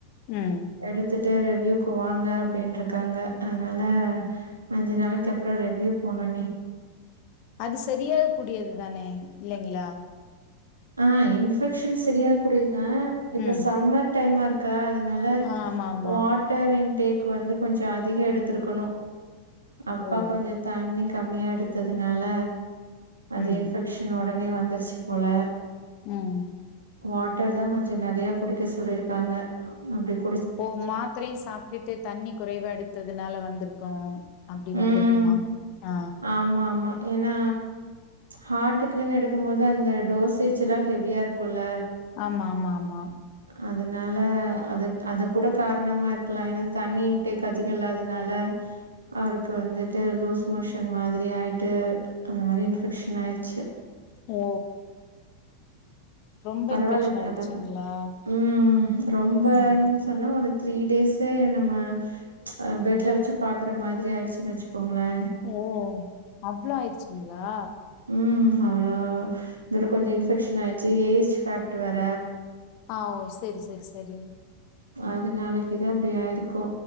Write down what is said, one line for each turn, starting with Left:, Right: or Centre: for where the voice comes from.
Left: ம்
Right: எடுத்துட்டு ரிவ்யூக்கு வாங்க அப்டின்ட்ருக்காங்க அதுனால அஞ்சு நாளைக்கு அப்றோ ரெவ்யூ போனு அண்ணி
Left: அது செரியாக கூடியது தானே இல்லைங்ளா
Right: ஆ இன்ஃப் ஃபெக்க்ஷன் செரியாக கூடியதுதா இப்ப
Left: ம்
Right: சம்மர் டைமா இருக்கா அதனால
Left: ஆமா ஆமா
Right: வாட் ட்டர் இன் டேக் வந்து கொஞ்ச அதிக எடுத்திருக்கணு அப்பா
Left: ஓ
Right: கொஞ்ச தண்ணி கம்மியா எடுத்ததுனால அது
Left: ம்
Right: இன்ஃபெக்க்ஷன் ஒடனே வந்துருச்சு போல
Left: ம்
Right: வாட்டர் தா கொஞ்ச நெறையா குடிக்க சொல்லிருக்காங்க அப்டி கு
Left: ஓ மாத்தரையு சாப்ட்டுட்டு தண்ணி குறைவா எடுத்ததுனால வந்திருக்கு அப்டி
Right: ம்
Left: வந்திருக்குமா ஆ
Right: ஆமா ஆமா ஏன்னா ஹார்ட்டுக்குன்னு எடுக்கும் போது அந்த டோசேஜெல்லா ஹெவியா இருக்குல்ல
Left: ஆமாம்மாம்மா
Right: அதனால அது அதக் கூட காரணமா இருக்கலா ஏனா தண்ணின் டெகஜிகள் இல்லாதனால அவருக்கு வந்துட்டு லூஸ் மோஷன் மாதிரி ஆயிட்டு அந்த மாரி இன்ஃபெக்க்ஷன் ஆயிருச்சு
Left: ஓ ரொம்ப
Right: பரவால்ல
Left: இன்ஃபெக்ஷன்
Right: இப்ப
Left: ஆயிருச்சுங்களா
Right: நல்லா இருக்காங் ம் ரொம்பன்
Left: ம்
Right: சொன்னா ஒரு த்ரீ டேஸே நம்ம அ பெட்ல வெச்சு பாக்குற மாதிரி ஆயிருச்சுன் வச்சுக்கோங்களே
Left: ஓ அவ்ளோ ஆயிருச்சுங்ளா
Right: ம் அவ்ளோ இதோட கொஞ்ச இன்ஃபெக்ஷன் ஆயிருச்சு ஏஜ் ஃபேக்ட் வேற
Left: ஆ ஓ சேரி சேரி சேரி
Right: அதுனாலைக்குதா இப்டி ஆயிருக்கு